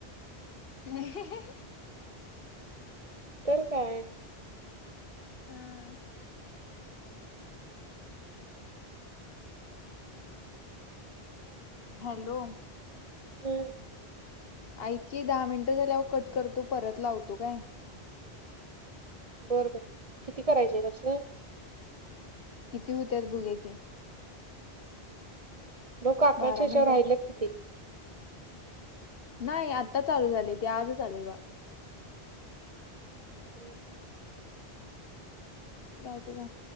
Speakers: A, on the left (about 65°); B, on the right (about 40°).
A: ह
B: तर काय
A: आं हॅलो
B: हम्म.
A: ऐ की दहा मिनटं झाल्या कट करतो परत लावतो काय?
B: बरं बरं किती करायचं आहे असले.
A: किती होत्यात भुगया की?
B: लोक आकांक्षा
A: बारा
B: याच्यावर
A: मिनिटात
B: राहिल किती?
A: नाही आत्ता चालू झाले ते आजच आले बा-
B: हम्म
A: लावतो थांब?